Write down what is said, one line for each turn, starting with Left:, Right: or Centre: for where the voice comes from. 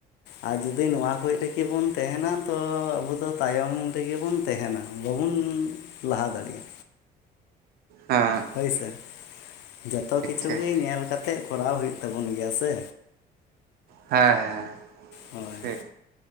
Left: ᱟᱨ ᱡᱩᱫᱤ ᱱᱚᱣᱟ ᱠᱩᱡ ᱨᱮᱜᱮ ᱵᱚᱱ ᱛᱟᱦᱮᱱᱟ᱾ ᱛᱚ ᱟᱵᱚ ᱫᱚ ᱛᱟᱭᱚᱢ ᱨᱮᱜᱮ ᱵᱚᱱ ᱛᱮᱦᱮᱱᱟ ᱵᱟᱵᱚᱱ ᱞᱟᱦᱟ ᱫᱟᱲᱮᱭᱟᱜ-ᱟ᱾
Right: ᱦᱮᱸᱦᱮᱸ
Left: ᱦᱳᱭ ᱥᱮ ᱡᱚᱛᱚ ᱠᱤᱪᱷᱩ
Right: ᱴᱷᱤᱠ
Left: ᱜᱮ ᱧᱮᱞ ᱠᱟᱛᱮ ᱠᱚᱨᱟᱣ ᱦᱩᱭᱩᱜ ᱛᱟᱵᱚᱱ ᱜᱮᱭᱟ ᱥᱮ᱾
Right: ᱦᱮᱸ ᱦᱮᱸ
Left: ᱦᱳᱭ
Right: ᱴᱷᱤᱠ᱾